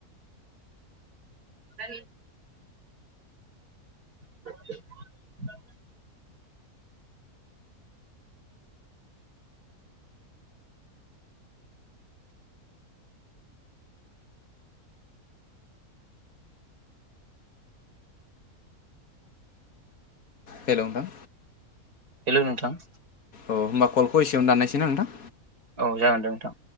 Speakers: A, on the right; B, on the left.
A: <inaudible> <inaudible>
B: हेल' नोंथां?
A: हेल' नोंथां!
B: औ होनबा कलखौ एसेयावनो दान्नायसै ना नोंथां?
A: औ जागोन दे नोंथां।